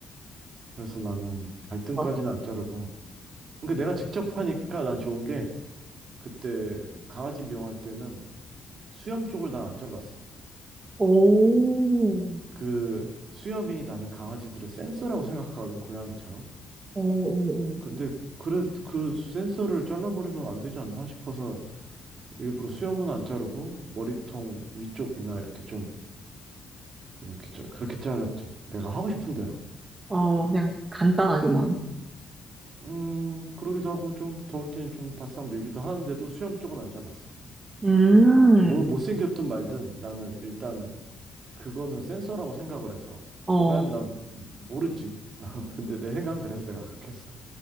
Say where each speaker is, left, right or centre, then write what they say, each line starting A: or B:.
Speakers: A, on the right; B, on the right.
A: 그래서 나는 갈등까지는
B: 막...
A: 안 자르고. 그러니까 내가 직접 하니까 난 좋은 게 그때 강아지 미용할 때는 수염 쪽을 난 안 잘랐어.
B: 오,
A: 그 수염이 나는 강아지들의 센서라고 생각하거든, 고양이처럼.
B: 어, 어, 어.
A: 근데 그래, 그 센서를 잘라버리면 안 되지 않나 싶어서 일부러 수염은 안 자르고 머리통 위쪽이나 이렇게 좀, 좀 이렇게 자, 그렇게 잘랐지. 내가 하고 싶은 대로.
B: 어 그냥 간단하게만.
A: 음, 그러기도 하고 좀 더울 때는 좀 바싹 밀기도 하는데도 수염 쪽은 안 잘랐어.
B: 음,
A: 뭐 못생겼든 말든 나는 일단은 그거는 센서라고 생각을 해서
B: 어,
A: 난, 난 모르지. <laughs> 근데 내 생각은 그래서 내가 그렇게 했어.